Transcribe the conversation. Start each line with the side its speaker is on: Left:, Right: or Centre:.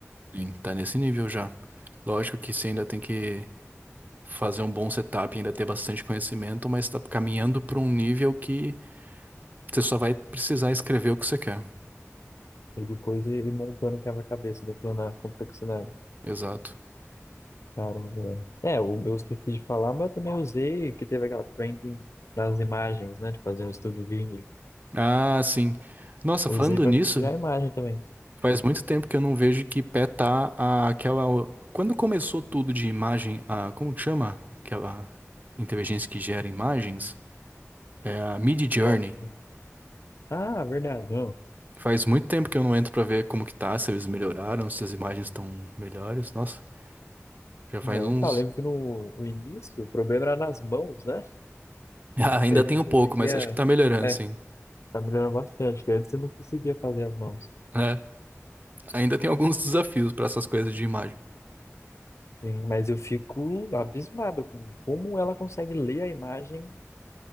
Right: Sim, tá nesse nível já. Lógico que você ainda tem que fazer um bom setup, ainda ter bastante conhecimento, mas tá caminhando para um nível que você só vai precisar escrever o que você quer.
Left: e depois ele montando o quebra-cabeça, depois na complexidade.
Right: Exato.
Left: Caramba, velho. É, o- eu esqueci de falar, mas eu também usei, que teve aquela trending das imagens, né? De fazer um estudo Gimli.
Right: Ah, sim. Nossa,
Left: Usei
Right: falando
Left: pra
Right: nisso,
Left: criar imagem também.
Right: Faz muito tempo que eu não vejo que pé tá a- aquela. Quando começou tudo de imagem, a... como que chama? Aquela inteligência que gera imagens? É a Journey
Left: Próximo. Ah, verdade. ó.
Right: Faz muito tempo que eu não entro pra ver como que tá, se eles melhoraram, se as imagens estão melhores. Nossa, já faz
Left: Não,
Right: uns.
Left: Eu, tá, eu lembro
Right: <laughs>
Left: que no o início o problema era nas mãos, né?
Right: Ah, Ainda
Left: Ele
Right: tem
Left: não
Right: um
Left: conseguia.
Right: pouco, mas acho que tá melhorando,
Left: É,
Right: sim.
Left: tá melhorando bastante, que antes eu não conseguia fazer as mãos.
Right: É, ainda tem alguns desafios pra essas coisas de imagem.
Left: Sim, mas eu fico abismado com como ela consegue ler a imagem,